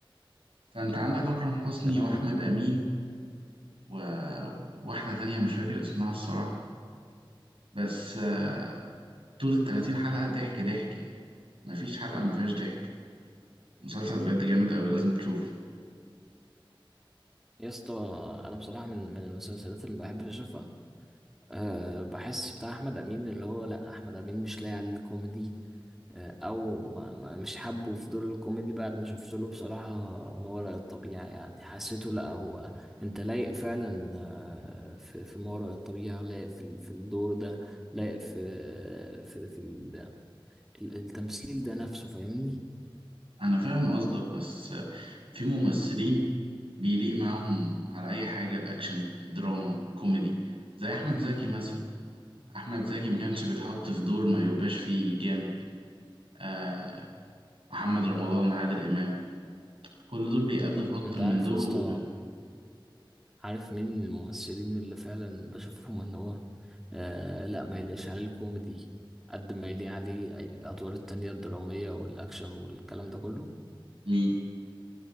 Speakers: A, on the right; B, in the centre.
A: فأنت عندك أكرم حسني
B: تمام
A: وأحمد أمين وواحدة تانية مش فاكر اسمها الصراحة بس آه، طول التلاتين حلقة ضحك ضحك يعني مفيش حلقة مفيهاش ضحك مسلسل بجد جامد أوي لازم تشوفه
B: يا اسطى انا بصراحه من من المسلسلات اللي بحب اشوفها أه بحس بتاع احمد امين اللي هو لا احمد امين مش لاقي عليه الكوميدي أه او ما ما مش حابه في دور الكوميدي بعد ما شفت له بصراحه ما وراء الطبيعه يعني حسيته لا هو انت لايق فعلا آه، في في ما وراء الطبيعه لايق في ال- في الدور ده لايق في في في ال- ال- التمثيل ده نفسه فاهمني
A: أنا فاهم قصدك بس في ممثلين بيليق معاهم على أي حاجة الأكشن الدراما الكوميدي زي أحمد زكي مثلا أحمد زكي ما كانش بيتحط في دور ما يبقاش فيه جامد آه محمد رمضان عادل إمام كل دول بيأدوا في أكتر
B: انت
A: من
B: عارف
A: دور
B: يا اسطى
A: وب...
B: عارف مين من الممثلين اللي فعلا بشوفهم ان هو آه لا ما يلاقيش عليه الكوميدي قد ما يليق عليه الادوار التانية الدرامية والاكشن والكلام ده كله
A: مين؟